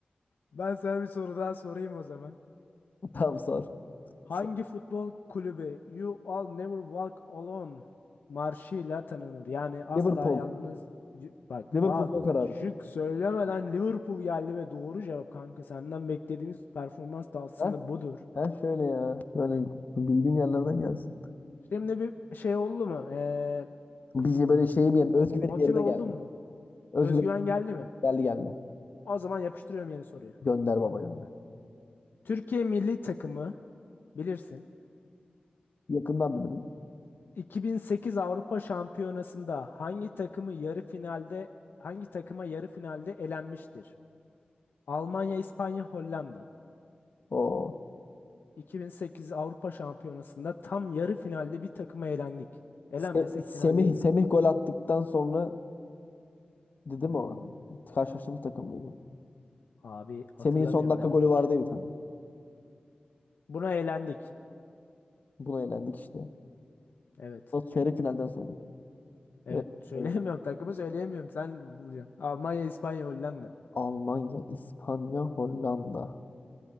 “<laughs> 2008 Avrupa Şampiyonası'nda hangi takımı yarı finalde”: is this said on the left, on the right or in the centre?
Left